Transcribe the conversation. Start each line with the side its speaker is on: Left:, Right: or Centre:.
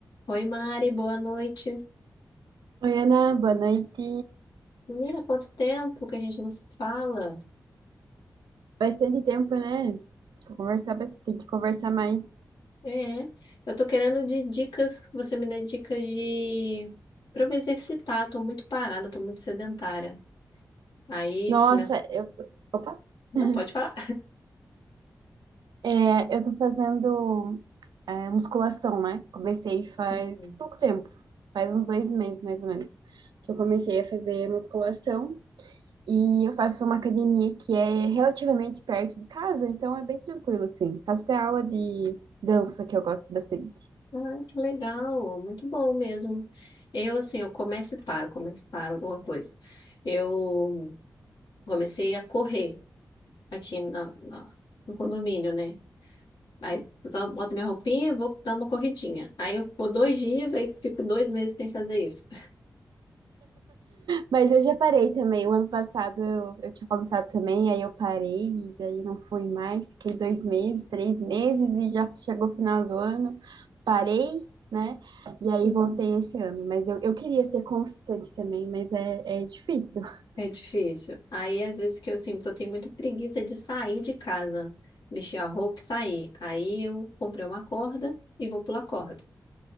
Left: Oi, Mari, boa noite.
Right: Oi, Ana, boa noite.
Left: Menina, quanto tempo que a gente não se fala?
Right: Bastante tempo, né? Conversar bas- tem que conversar mais.
Left: É, eu tô querendo de dicas, que você me dê dicas de para eu me exercitar, tô muito parada, tô muito sedentária. Aí,
Right: Nossa,
Left: se me... ass-
Right: eu tô... Opa!
Left: Não,
Right: <laughs>
Left: pode falar.
Right: É, eu tô fazendo é, musculação, né? Comecei faz
Left: <laughs>
Right: pouco tempo, faz uns dois meses, mais ou menos, que eu comecei a fazer musculação. E eu faço uma academia que é relativamente perto de casa, então é bem tranquilo, assim. Faço até aula de dança, que eu gosto bastante.
Left: Ah, que legal, muito bom mesmo. Eu, assim, eu começo e paro, começo e paro alguma coisa. Eu comecei a correr aqui na, na- no condomínio, né? Aí eu só boto minha roupinha e vou dar uma corridinha. Aí eu vou dois dias, aí fico dois meses sem fazer isso.
Right: Mas eu já parei também. O ano passado eu, eu tinha começado também, aí eu parei, e daí não fui mais. Fiquei dois meses, três meses, e já chegou o final do ano. Parei, né? E aí
Left: Uhum.
Right: voltei
Left: <laughs>
Right: esse ano. Mas eu, eu queria ser constante também, mas é, é difícil.
Left: É difícil. Aí às vezes que eu sinto, eu tenho muita preguiça de sair de casa, mexer a roupa e sair. Aí eu comprei uma corda e vou pular corda.